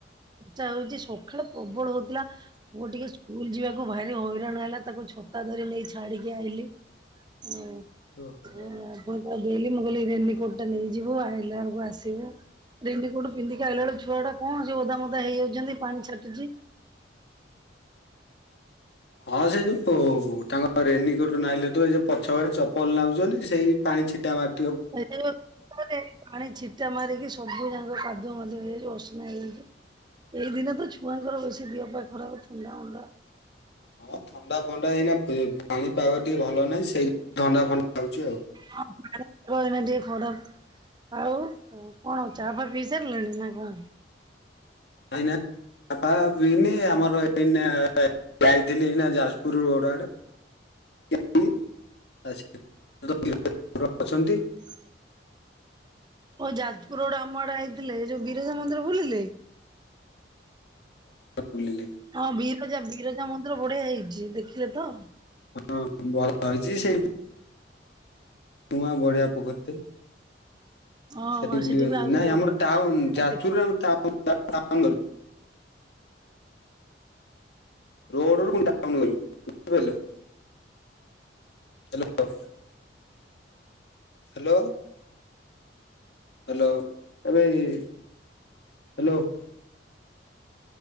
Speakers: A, on the right (about 25°); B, on the left (about 65°).
A: ହଉଛି ସକାଳେ ପ୍ରବଳ ହଉଥିଲା। ପୁଅଟିକେ ସ୍କୁଲ ଯିବାକୁ ଭାରି ହଇରାଣ ହେଲା ତାକୁ ଛତା ଧରି ନେଇ ଛାଡିକି ଆଇଲି। ହୁଁ।
B: ଓହୋ।
A: ଆଉ ପୁଣି ତଉ ଦେଲି ମୁଁ କହିଲି ରେନି କୋର୍ଟ ଟା ନେଇଯିବୁ ଆଇଲା ବେଳକୁ ଆସିବୁ- ରେନିକୋଟ ପିନ୍ଧିକି ଆଇଲା ବଳୁ ଛୁଆ ଗୁଡା କଣ ସେ ଓଧା ମୋଦା ହେଇଯାଉଛନ୍ତି ପାଣି ଛାଟୁଚି -
B: ହଁ ସେ ପୋ ତାଙ୍କ- ହ ରେନିକୋଟ ନାଇଲାଠୁ ତୁ ଏ ଯ ପଛ ଭ ଚପଲ ନାଉଛନ୍ତି ସେଇ ପାଣି ଛିଟା ମାର
A: <unintelligible> ପାଣି ଛିଟା ମାରିକି ସବୁ ଯାକ କାଦୁଅ ମାଦୁଅ ହେଇଯାଇଚି ଅସନା ହେଇଯାଇଚି - ଏଇ ଦିନେ ତ ଛୁଆଙ୍କର ବେଶୀ ଦିଅ ପା ଖରାପ ଥଣ୍ଡା ମଣ୍ଡା -
B: ହଁ ଥଣ୍ଡା ଫଣ୍ଡା ଏଇନା ପେ ପାଣିପାଗ ଟିକେ ଭଲ ନାହିଁ ସେଇ ଥଣ୍ଡା ଫଣ୍ଡା ନଗୁଚି ଆଉ -
A: <unintelligible> ଏଇନା ଟିକେ ଖରାପ୍ - ଆଉ କଣ ଚାହା ଫା ପିଇ ସାରିଲେଣି ନା କଣ?
B: ଏଇନା ଚା ଫା ପିଇନି ଆମର ଏଇନା - ଯାଇଥିଲି ଏଇନା ଯାଜପୁର ରୋଡ ଆଡେ- <inaudible> ଅଛନ୍ତି -
A: <inaudible> ଓ ହୋ ଯାଜପୁର ରୋଡ଼ ଆମ ଆଡେ ଆଇଥିଲେ ଏଇ ଯୋଉ ବିରଜା ମନ୍ଦିର ବୁଲିଲେ?
B: ବୁଲିଲି
A: ହଁ ବିରଜା ବିରଜା ମନ୍ଦିର ବଢିଆ ହେଇଛି ଦେଖିଲେ ତ
B: ହଁ ଭଲ ହେଇଛି ସେଇ <unintelligible> <unintelligible> ସେ
A: ହଁ
B: ସେଠି ବୁଲିବାଲିକି
A: ବି ଆହୁରି
B: ନାଇଁ
A: ଜଗନ୍ନାଥ
B: ଆମର ଟାଉନ
A: ମନ୍ଦିର
B: ଯାଜପୁରରେ
A: ଦେଖି
B: ଆ ତାଉ - <inaudible> ରୋଡ଼ରୁ ପୁଣି ଟାଉନ୍ ଗଲି ବୁଝିପାରିଲ ହ୍ୟାଲୋ ହ୍ୟାଲୋ ହ୍ୟାଲୋ ଏ ଭାଇ hello